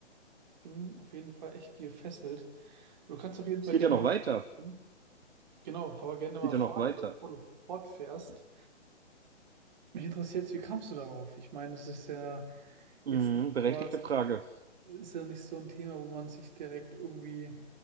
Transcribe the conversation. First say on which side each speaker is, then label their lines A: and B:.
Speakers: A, on the right; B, on the right.
A: bin auf jeden Fall echt gefesselt. Du kannst auf jeden
B: Es
A: Fall
B: geht
A: gerne
B: ja noch
A: mal
B: weiter.
A: fortfahren. Genau, fahr gerne
B: Geht
A: mal
B: ja
A: fort,
B: noch weiter.
A: also bevor du fortfährst. Mich interessiert jetzt, wie kamst du darauf? Ich meine, es ist ja
B: Mhm,
A: jetzt nicht,
B: berechtigte
A: sowas-
B: Frage.
A: ist ja nicht so ein Thema, wo man sich direkt irgendwie,